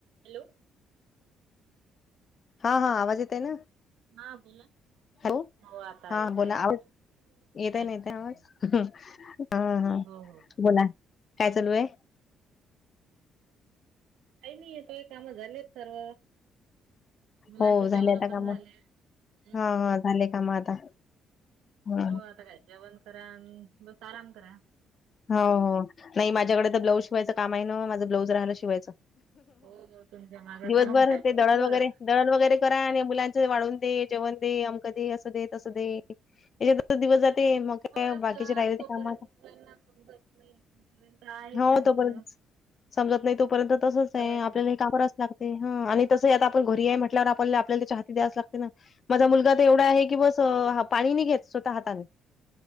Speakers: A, on the right; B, on the left.
A: Hello,
B: हा हा, आवाज येत आहे ना.
A: हा, बोला की
B: हॅलो
A: हो, आता
B: हा
A: येतय
B: बोला
A: आवाज.
B: येतय ना
A: आता
B: ताई आवाज, ह हा
A: हो हो
B: बोला काय चालू आहे?
A: काही नाही येतोय, काम झाले आहेत सर्व. मुलांचे
B: हो झाले
A: जेवण
B: आता
A: पण
B: काम
A: झाले, हम्म.
B: हा हा झाले काम आता? ह
A: हो आता काय जेवण करा अन्, बस आराम करा.
B: हो हो नाही माझ्याकडे तर ब्लाऊज शिवायचं काम आहे ना, माझं ब्लाऊज राहिला शिवायचं.
A: हो हो तुमच्या मागे
B: दिवसभर
A: काम आहे
B: ते
A: तुमचं
B: दळण वगैरे, दळण वगैरे करा आणि मुलां वाढून दे, जेवण दे, अमक दे, असं दे, तसं दे याच्यात दिवस जाते, मग का
A: हो त्याला
B: बाकीचे राहिले ते
A: तोपर्यंत
B: कामा
A: मुलांना समजत नाही. तोपर्यंत आहेच
B: हो
A: त्यांचं
B: तोपर्यंत समजत नाही तोपर्यंत तसच आहे
A: करायच
B: आपल्या
A: लागत
B: ही काम करावच लागतंय आणि तसं आता आपण घरी आहे म्हटल्यावर आपल्याला आपल्याला चहा तेन द्यायच लागते ना. माझा मुलगा तर एवढा आहे की, बस पाणी नाही घेत स्वतः हाताने